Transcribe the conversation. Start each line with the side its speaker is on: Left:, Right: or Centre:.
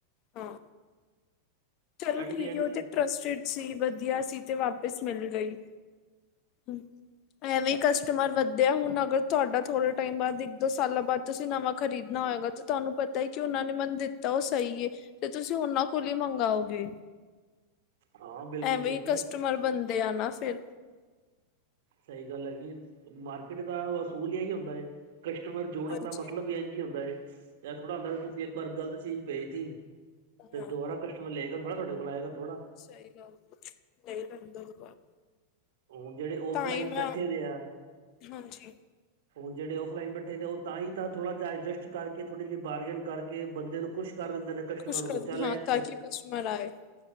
Left: ਹਾਂ। ਚਲੋ
Right: ਐਟ
Left: ਠੀਕ
Right: ਦੀ ਐਂਡ
Left: ਹੈ, ਉਹ ਤੇ ਟਰਸਟਡ ਸੀ, ਵਧੀਆ ਸੀ ਤੇ ਵਾਪਿਸ ਮਿਲ ਗਈ। ਹੂ- ਐਵੇਂ ਹੀ ਕਸਟਮਰ ਵਧਿਆ, ਹੁਣ ਅਗਰ ਤੁਹਾਡਾ ਥੋੜੇ ਟਾਈਮ ਬਾਅਦ, ਇੱਕ ਦੋ ਸਾਲਾਂ ਬਾਅਦ ਤੁਸੀਂ ਨਵਾਂ ਖਰੀਦਣਾ ਹੋਏਗਾ, ਤੇ ਤੁਹਾਨੂੰ ਪਤਾ ਹੈ, ਕਿ ਉਹਨਾਂ ਨੇ ਮਨ ਦਿੱਤਾ ਉਹ ਸਹੀ ਏ। ਤੇ ਤੁਸੀਂ, ਉਹਨਾ ਕੋਲੀ ਮੰਗਾਓ। ਤੇ
Right: ਹਾਂ ਬਿਲਕੁਲ
Left: ਐਵੇਂ
Right: ਬਿਲਕੁਲ
Left: ਈ, ਕਸਟਮਰ ਬਣਦੇ ਆ ਨਾ ਫਿਰ।
Right: ਸਹੀ ਗੱਲ ਹੈਂ ਜੀ, ਮਾਰਕੀਟ ਦਾ ਅਸੂਲ ਏਹੀ ਹੁੰਦਾ ਹੈ। ਕਸਟਮਰ ਜੋੜਨ
Left: ਹਾਂਜੀ
Right: ਦਾ ਮਤਲਬ, ਇੰਝ ਹੁੰਦਾ ਹੈ। ਇਹ ਥੋੜ੍ਹਾ ਹੁੰਦਾ, ਤੁਸੀਂ ਇੱਕ ਵਾਰ ਗ਼ਲਤ ਚੀਜ਼ ਭੇਜ ਤੀ ਤੇ
Left: ਹਾਂ
Right: ਦੁਬਾਰਾ ਕਸਟਮਰ ਲਏਗਾ ਥੋੜਾ, ਆਏਗਾ ਥੋੜਾ।
Left: ਸਹੀ ਗੱਲ। ਨਹੀਂ ਪੈਂਦਾ ਦਬਾਰ,
Right: ਹੁਣ ਜਿਹੜੇ ਔਫਲਾਈਨ
Left: ਤਾਂ ਹੀ ਮੈਂ,
Right: ਬੈਠੇ ਦੇ ਆ
Left: ਹਾਂਜੀ।
Right: ਹੁਣ ਜਿਹੜੇ, ਓਫਲਾਈਨ ਬਠੇ ਆ। ਉਹ ਤਾਂ ਹੀ ਤਾਂ ਥੋੜਾ ਜਹਾ ਐਡਜਸਟ ਕਰਕੇ, ਥੋੜ੍ਹੀ ਜਿਹੀ ਬਾਰਗਨ ਕਰ, ਬੰਦੇ ਨੂੰ ਖੁਸ਼ ਦਿੰਦੇ ਨੇ। ਕਸਟਮਰ
Left: ਖੁਸ਼ ਕਰ,
Right: ਨੂੰ ਚੱਲ
Left: ਹਾਂ
Right: ਇੱਕ
Left: ਤਾਂਕ ਕਸਟਮਰ ਆਏ।